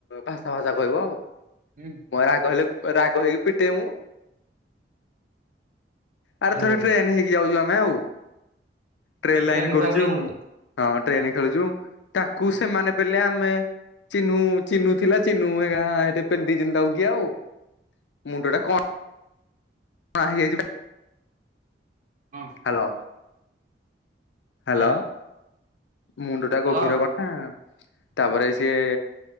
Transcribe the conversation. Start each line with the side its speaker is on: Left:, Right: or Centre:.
Left: ଭାଷା ଫାସା କହିବ ଆଉ।
Right: ହୁଁ।
Left: ମୋ ରାଗ ହେଲେ ରାଗ ହେଇକି ପିଟେ ମୁଁ। ଆରେ
Right: ହେଇବ
Left: ଥରେ ଟ୍ରେନ୍ ହେଇକି ଯାଉଛୁ ଆମେ ଆଉ। ଟ୍ରେନ୍
Right: ଯୋଉ
Left: ଲାଇନ୍
Right: ଟ୍ରେନ
Left: କରୁଛୁ
Right: ଖେଳା ଖେଳି ଖେଳୁଥିଲ
Left: ହଁ ଟ୍ରେନ୍ ଖେଳୁଛୁ ତାକୁ
Right: ହୁଁ।
Left: ସେମାନେ ପିଲେ ଆମେ ଚିନୁ ଚିନୁ ଥିଲା ଚିନୁ ହେରିକା ହେଠେ ପେଲ ଦେଇଛନ୍ତି ତା କୁ ଏ ଆଉ ମୁଣ୍ଡ ଟା କ କଣା ହେଇ ଯାଇଛି
Right: ହଁ।
Left: Hello hello.
Right: ହଁ
Left: ମୁଣ୍ଡ ଟା ଗଭୀର
Right: କହ
Left: କଣା ତାପରେ ସିଏ